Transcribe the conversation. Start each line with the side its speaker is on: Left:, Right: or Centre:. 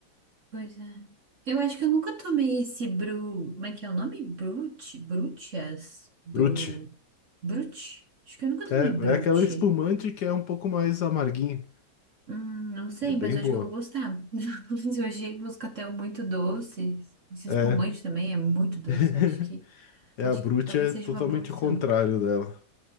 Right: Pois é. Eu acho que eu nunca tomei esse Bru. Como é que é o nome? Brute? Brutias? Bru.
Left: Brute.
Right: Brute? Acho que eu nunca tomei
Left: É,
Right: Brute.
Left: é aquela espumante que é um pouco mais amarguinha.
Right: Hum, não sei,
Left: É bem
Right: mas eu
Left: boa.
Right: acho que eu vou gostar. <laughs> Eu achei moscatel muito doce. Esse
Left: É.
Right: espumante também é muito doce.
Left: <laughs>
Right: Eu acho que
Left: É,
Right: acho
Left: a Brute
Right: que talvez
Left: é
Right: seja
Left: totalmente
Right: uma boa opção.
Left: o contrário dela.